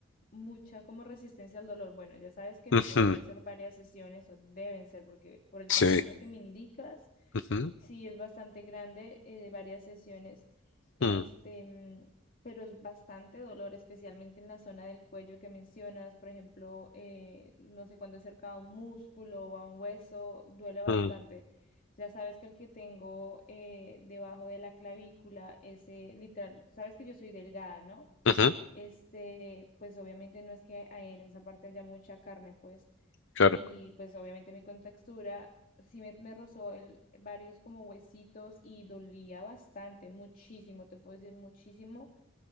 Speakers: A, on the left (about 40°); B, on the left (about 60°).
A: mucha como resistencia al dolor. Bueno, ya sabes que
B: Ujú,
A: podrían ser varias sesiones o deben ser, porque por el
B: Sí.
A: tamaño que me indicas,
B: Ujú,
A: sí es bastante grande, eh, varias sesiones, este,
B: mm,
A: mm, pero es bastante dolor, especialmente en la zona del cuello que mencionas, por ejemplo, eh, no sé, cuando es cerca a un músculo o a un hueso, duele bastante.
B: mm,
A: Ya sabes que el que tengo eh, debajo de la clavícula, ese literal, sabes que yo soy delgada, ¿no?
B: ujú,
A: Este, pues obviamente no es que hay en esa parte haya mucha carne, pues,
B: Claro.
A: y pues obviamente mi contextura sí me, me rozó el- varios como huesitos y dolía bastante, muchísimo, te puedo decir muchísimo